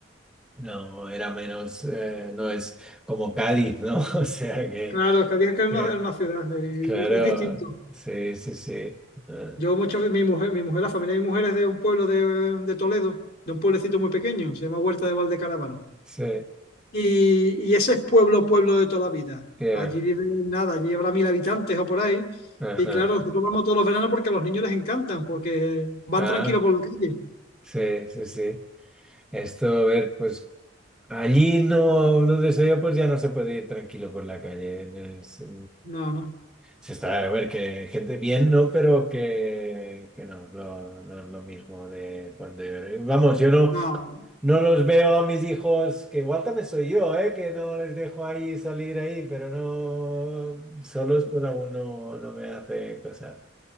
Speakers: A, in the centre; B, on the left (about 55°).
A: no era menos, eh, no es como Cádiz, ¿no? <laughs> O sea que,
B: Claro, es que dije que era
A: que
B: una, era una ciudad, eh,
A: claro,
B: es distinto.
A: sí, sí, sí, ah,
B: Yo muchas veces, mi mujer, mi mujer, la familia de mi mujer es de un pueblo de, de Toledo, de un pueblecito muy pequeño, se llama Huerta de Valdecaravana.
A: sí,
B: Y, y ese es pueblo, pueblo de toda la vida.
A: ya,
B: Allí viven nada, allí habrá mil habitantes o por ahí.
A: ajá,
B: Y claro, nosotros vamos todos los veranos porque a los niños les encantan, porque van
A: ah,
B: tranquilos por la calle.
A: sí, sí, sí. Esto, a ver, pues allí no, donde soy yo, pues ya no se puede ir tranquilo por la calle. en el- Se
B: No, no,
A: se está, a ver, que gente bien, ¿no? Pero que, que no, lo- no es lo mismo de cuando yo... Vamos, yo no,
B: no,
A: no los veo a mis hijos, que igual también soy yo, ¿eh? Que no les dejo ahí salir ahí, pero no, solos pues aún no, no me hace cosa.